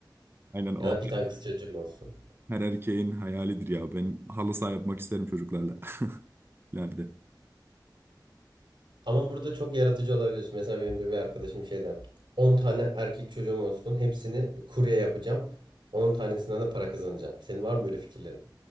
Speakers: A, on the right (about 30°); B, on the right (about 85°).
A: Aynen o.
B: ya da bir tane kız çocuğum olsun.
A: Her erkeğin hayalidir ya. Ben halı saha yapmak isterim çocuklarla. <laughs> ileride.
B: Ama burada çok yaratıcı olabiliyorsun. Mesela benim de bir arkadaşım şey der. 10 tane erkek çocuğum olsun hepsini kurye yapacağım. 10 tanesinden de para kazanacağım. Senin var mı böyle fikirlerin?